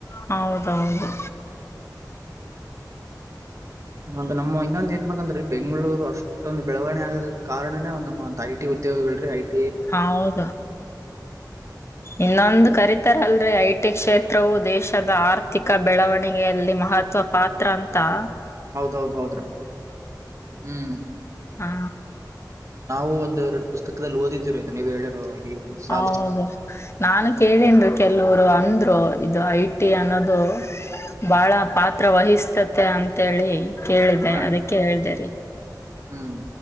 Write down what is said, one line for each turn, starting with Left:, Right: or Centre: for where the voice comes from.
Left: ಹೌದೌದು
Right: ಹೌದು ನಮ್ಮ ಇನ್ನೊಂದ ಏನ್ ಬಂದ್ರ ಬೆಂಗಳೂರು ಅಷ್ಟೊಂದು ಬೆಳವಣ ಆಗೋಕೆ ಕಾರಣವೇ ಒಂದು ನಮ್ಮ ಐಟಿ ಉದ್ಯೋಗಳ ರೀ ಐಟಿ-
Left: ಹೌದು ಇನ್ನೊಂದು ಕರಿತ- ತರ ಅಲ್ರೆ ಐಟಿ ಕ್ಷೇತ್ರವು ದೇಶದ ಆರ್ಥಿಕ ಬೆಳವಣಿಗೆಯಲ್ಲಿ ಮಹತ್ವ ಪಾತ್ರ ಅಂತ-
Right: ಹೌದೌದ್ ಹೌದ್ರ ಹ್ಮ್
Left: ಹಾ.
Right: ನಾವು ಒಂದ ಎರಡು ಪುಸ್ತಕದಲ್ಲಿ ಓದಿದೀವಿ ನೀವು ಹೇಳಿರೋ. ಈ ಸಾಲು
Left: ಹೌದು ನಾನು ಕೇಳನ್ ರಿ ಕೆಲವರು ಅಂದ್ರು ಇದು ಐ ಟಿ ಅನ್ನೋದು ಬಾಳ ಪಾತ್ರ ವಹಿಸ ತ ಅಂತೇಳಿ. ಕೇಳಿದೆ
Right: ಹಾ
Left: ಅದಕ್ಕೆ
Right: ರೀ
Left: ಹೇಳ್ದರಿ.
Right: ಹ್ಮ್